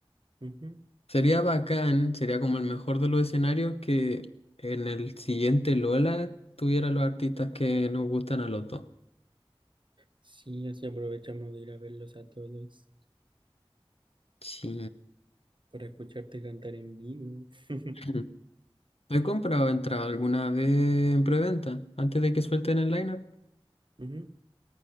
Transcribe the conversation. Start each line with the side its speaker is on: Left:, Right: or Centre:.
Right: Ujú.
Left: Sería bacán, sería como el mejor de los escenarios que en el siguiente Lola tuviera los artistas que nos gustan a los dos.
Right: Sí, así aprovechamos de ir a verlos a todos
Left: Sí.
Right: para escucharte cantar en vivo. <laughs>
Left: <laughs> He comprado entrada alguna vez en preventa, antes de que suelten el lineup.
Right: Ujú.